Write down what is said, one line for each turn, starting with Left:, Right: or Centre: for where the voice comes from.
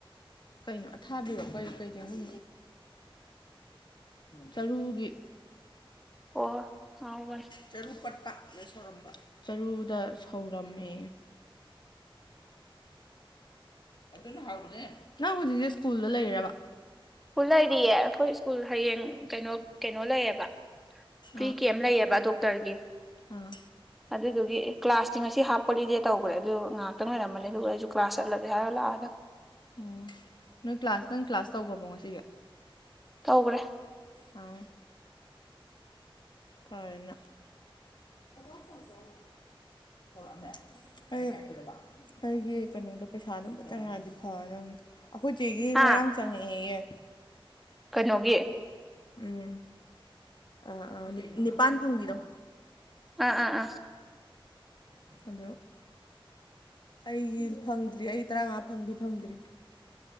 Left: ꯀꯩꯅꯣ ꯑꯊꯥꯕꯤꯔꯣ ꯀꯔꯤ ꯀꯩꯗ ꯅꯨ ꯆꯔꯨꯒꯤ
Centre: ꯑꯣ ꯍꯥꯎꯁ
Left: ꯆꯔꯨ ꯄꯠꯄ ꯁꯧꯔꯝꯕ ꯆꯔꯨꯗ ꯁꯧꯔꯝꯃꯦ ꯑꯗꯨ ꯍꯕꯅꯦ ꯅꯪ ꯍꯧꯖꯤꯛꯁꯦ ꯁ꯭ꯀꯨꯜꯗ ꯂꯩꯔꯕ
Centre: ꯁ꯭ꯀꯨꯜ ꯂꯩꯔꯤꯌꯦ ꯑꯩꯈꯣꯏ ꯁ꯭ꯀꯨꯜ ꯍꯌꯦꯡ ꯀꯩꯅꯣ ꯀꯩꯅꯣ ꯂꯩꯌꯦꯕ ꯐ꯭ꯔꯤ
Left: ꯑꯥ
Centre: ꯀꯦꯝ ꯂꯩꯌꯦꯕ ꯗꯣꯛꯇꯔꯒꯤ
Left: ꯑꯥ
Centre: ꯑꯗꯨꯗꯨꯒꯤ ꯀ꯭ꯂꯥꯁꯇꯤ ꯉꯁꯤ ꯍꯥꯞ ꯍꯣꯂꯤꯗꯦ ꯇꯧꯕꯈ꯭ꯔꯦ ꯑꯗꯨ ꯉꯥꯏꯍꯥꯛꯇꯪ ꯂꯩꯔꯝꯃꯅꯤ ꯑꯗꯨꯒ ꯑꯩꯁꯨ ꯀ꯭ꯂꯥꯁ ꯆꯠꯂꯒꯦ ꯍꯥꯏꯔꯒ ꯂꯥꯛꯑꯗꯝ
Left: ꯑꯣ ꯅꯣꯏ ꯀ꯭ꯂꯥꯁ ꯅꯪ ꯀ꯭ꯂꯥꯁ ꯇꯧꯈ꯭ꯔꯕꯣ ꯉꯁꯤꯒꯤ
Centre: ꯇꯧꯒꯔꯦ
Left: ꯑꯥ ꯀꯥꯏꯅ <unintelligible> ꯑꯩ ꯑꯩꯒꯤ ꯀꯩꯅꯣꯗꯣ ꯄꯩꯁꯥꯗꯣ ꯑꯝꯇ ꯆꯪꯉꯛꯑꯗꯤ ꯐꯗꯕꯅꯦ ꯑꯩꯈꯣꯏ ꯆꯦꯒꯤ
Centre: ꯍꯥ
Left: ꯉꯔꯥꯡ ꯆꯪꯉꯛꯑꯦꯌꯦ
Centre: ꯀꯩꯅꯣꯒꯤ
Left: ꯎꯝ ꯑ ꯑ ꯅꯤꯄꯥꯟ ꯐꯪꯕꯤꯗꯣ
Centre: ꯑꯥ ꯑꯥ ꯑꯥ
Left: ꯑꯗꯨ ꯑꯩꯒꯤ ꯐꯪꯗ꯭ꯔꯤ ꯑꯩ ꯇꯔꯥꯃꯉꯥ ꯐꯪꯗꯤ ꯐꯪꯗ꯭ꯔꯤ